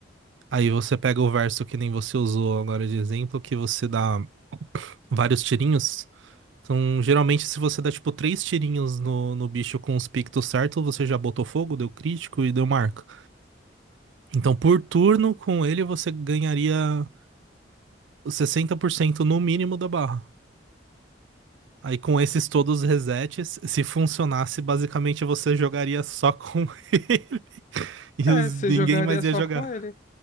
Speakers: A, on the right; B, on the left.
A: Aí você pega o verso que nem você usou agora de exemplo, que você dá vários tirinhos. Então, geralmente, se você dá, tipo, três tirinhos no, no bicho com os pictos certos você já botou fogo, deu crítico e deu marca. Então, por turno, com ele, você ganharia os 60% no mínimo da barra. Aí, com esses todos os resets, se funcionasse, basicamente, você jogaria só com <laughs> ele e
B: É,
A: os-
B: você
A: ninguém
B: jogaria
A: mais
B: só
A: ia jogar.
B: com ele.